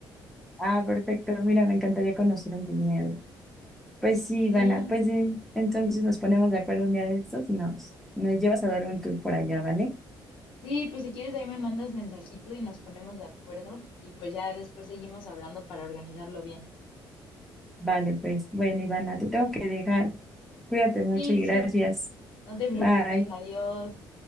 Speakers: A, in the centre; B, on the left.
A: Ah, perfecto, mira, me encantaría conocer un viñedo. Pues sí,
B: Sí,
A: Ivana, pues sí, entonces nos ponemos de acuerdo un día de estos y nos, nos llevas a dar un tour por allá, ¿vale?
B: sí, pues si quieres ahí me mandas mensajito y nos ponemos de acuerdo y pues ya después seguimos hablando para organizarlo bien.
A: Vale, pues, bueno, Ivana, te tengo que dejar. Cuídate mucho
B: Sí,
A: y
B: sí,
A: gracias.
B: no te preocupes,
A: Bye.
B: adiós.